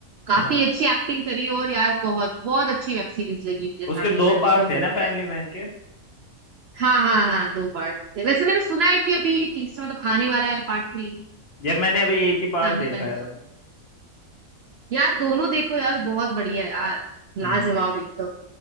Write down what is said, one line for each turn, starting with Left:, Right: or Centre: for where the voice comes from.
Right: काफी
Left: हाँ
Right: अच्छी एक्टिंग करी और यार बहुत बहुत अच्छी वेब सीरीज लगी मुझे फैमिली
Left: उसके दो
Right: मैन
Left: पार्ट
Right: भी बहुत
Left: थे
Right: बढ़िया
Left: ना फैमिली
Right: है
Left: मैन के
Right: हाँ हाँ हाँ दो पार्ट थे वैसे मैंने सुना है कि अभी तीसरा मतलब आने वाला है पार्ट थ्री
Left: यार मैंने अभी एक ही पार्ट
Right: फैमिली
Left: देखा
Right: मैन का
Left: है
Right: यार दोनों देखो यार बहुत बढ़िया है यार लाजवाब
Left: हम्म
Right: एकदम